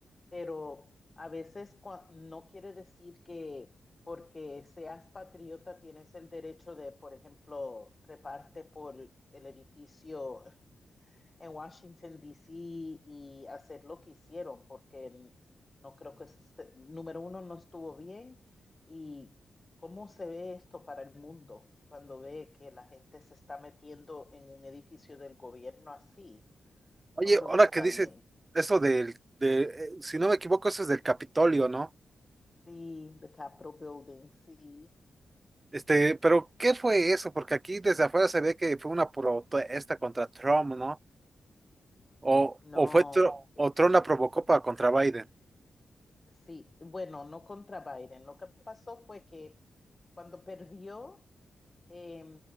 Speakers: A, on the left; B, on the right.
A: pero a veces cua- no quiere decir que porque seas patriota tienes el derecho de, por ejemplo, treparte por el edificio en Washington, D. C. y hacer lo que hicieron, porque no creo que, número uno, no estuvo bien y cómo se ve esto para el mundo cuando ve que la gente se está metiendo en un edificio del gobierno así.
B: Oye,
A: No creo
B: ahora
A: que está
B: que dices
A: bien.
B: eso del, de, eh, si no me equivoco, eso es del Capitolio, ¿no?
A: Sí, the Capitol Building, sí.
B: Este, pero ¿qué fue eso? Porque aquí desde afuera se ve que fue una protesta contra Trump, ¿no? O,
A: No,
B: o fue Tr- o Trump la provocó para contra Biden.
A: Sí, bueno, no contra Biden. Lo que pasó fue que cuando perdió, eh,